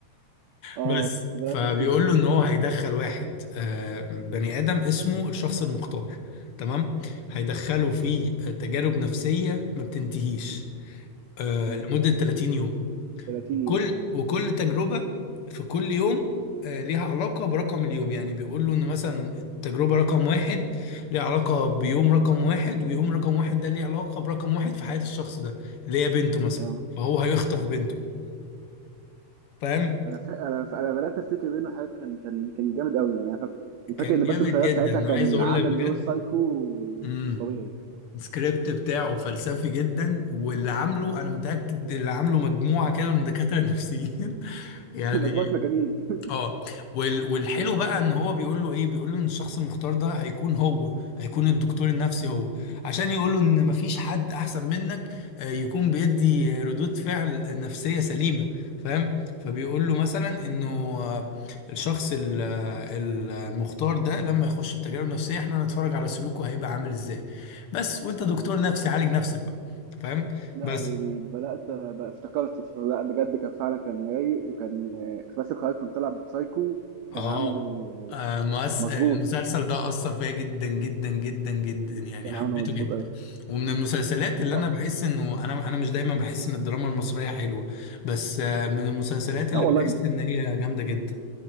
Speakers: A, on the right; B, on the left.
A: اه
B: بس
A: بدأت
B: فبيقول
A: افتكر
B: له ان هو هيدخل واحد آه، بني آدم اسمه الشخص المختار تمام هيدخله في تجارب نفسية ما بتنتهيش آه،
A: م.
B: لمدة 30 يوم
A: 30
B: كل
A: يوم
B: وكل تجربة في كل يوم آه، ليها علاقة برقم اليوم يعني بيقولوا إن مثلا التجربة رقم واحد ليها علاقة بيوم رقم واحد ويوم رقم واحد ده ليه علاقة برقم واحد في حياة الشخص ده اللي هي بنته مثلا
A: اه
B: فهو هيخطف بنته فاهم
A: انا ف... انا ف... انا بدأت افتكر منه حاجه كان كان كان جامد قوي يعني انا فاكر وفاكر
B: كان
A: ان
B: جامد
A: باسل الخياط
B: جدا
A: ساعتها
B: أنا
A: كان
B: عايز أقول
A: عامل
B: لك بجد
A: دور سايكو
B: امم
A: مش طبيعي
B: السكريبت بتاعه فلسفي جدا واللي عامله أنا متأكد اللي عامله مجموعة كده من دكاترة نفسيين <laughs> يعني
A: <laughs> مجموعه مجانين <laughs>
B: اه وال- والحلو بقى ان هو بيقول له ايه بيقول له ان الشخص المختار ده هيكون هو هيكون الدكتور النفسي هو عشان يقول له ان مفيش حد احسن منك آه، يكون بيدي ردود فعل نفسية سليمة فاهم فبيقول له مثلا انه آه، الشخص ال- آه، المختار ده لما يخش في تجارب نفسية احنا هنتفرج على سلوكه هيبقى عامل ازاي بس وانت دكتور نفسي عالج نفسك بقى فاهم
A: لا
B: بس
A: يعني بدأت بقى افتكرته ف- لا بجد كان فعلا كان رايق وكان آه، باسل الخياط كان طالع بسايكو
B: اه
A: كان عامله
B: آه، مؤس...
A: مظبوط
B: المسلسل ده أثر فيا جدا جدا جدا جدا يعني
A: كان
B: حبيته
A: عامله مظبوط
B: جدا
A: قوي
B: ومن المسلسلات اللي
A: اه
B: أنا بحس إنه أنا أنا مش دايما بحس إن الدراما المصرية حلوة بس آه، من المسلسلات
A: لا
B: اللي
A: والله
B: بحس إن هي جامدة جدا